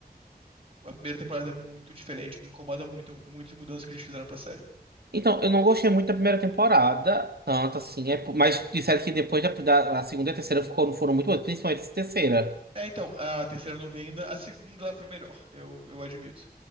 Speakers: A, on the right; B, on the right.
A: A primeira temporada é muito diferente, me incomoda muito, muito as mudanças que eles fizeram pra série.
B: Então, eu não gostei muito da primeira temporada, tanto assim, é, mas disseram que depois da, da- a segunda e a terceira ficou, foram muito boas, principalmente a terceira.
A: É, então, a terceira eu não veio ainda, a segunda ela foi melhor, eu, eu admito.